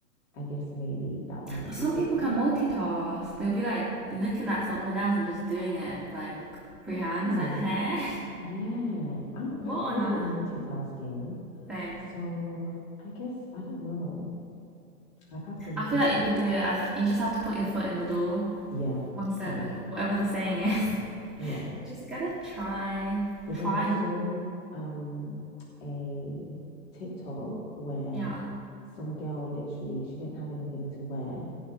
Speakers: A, on the left; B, in the centre.
A: I guess maybe that might
B: But some
A: be good
B: people can
A: for me.
B: multitask. They'll be like looking at something else and just doing it like freehand.
A: The thing
B: It's like, huh?
A: is, yeah, I'm quite
B: What on
A: good
B: earth?
A: with multitasking.
B: Same.
A: So I guess I don't know. I'd have to look
B: I feel
A: into
B: like you
A: it.
B: could do it. I th- you just have to put your foot in the door,
A: Yeah,
B: one step
A: yeah,
B: in the, whatever the saying is.
A: yeah.
B: <laughs> just gotta try,
A: because
B: try
A: I saw
B: trial.
A: um a TikTok where
B: Yeah.
A: some girl literally she didn't have anything to wear